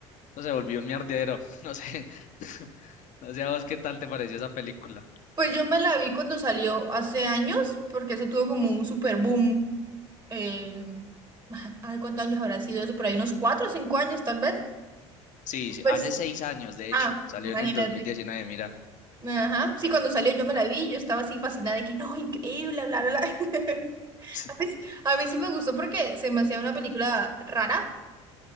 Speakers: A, on the left; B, on the right.
A: eso se volvió un mierdero, <laughs> no sé, <laughs> no sé a vos qué tal te pareció esa película.
B: Pues yo me la vi cuando salió hace años, porque eso tuvo como un super boom. Eh, <laughs> ay, ¿cuántos años habrá sido eso? Por ahí unos cuatro o cinco años tal vez.
A: Sí, sí,
B: Pues,
A: hace seis años, de
B: ah,
A: hecho, salió
B: imagínate.
A: en el 2019, mira.
B: Ajá. Sí, cuando salió yo me la vi, yo estaba así fascinada de que no, increíble, bla, bla, bla. <laughs>
A: <laughs>
B: A mí, sí- a mí sí me gustó porque se me hacía una película rara,